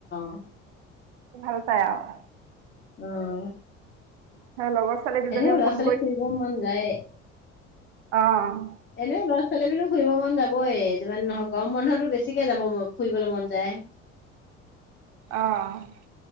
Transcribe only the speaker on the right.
ভাল পাই আৰু।
সেই লগৰ ছোৱালী কেইজনীও
ফোন
অ'।
অ',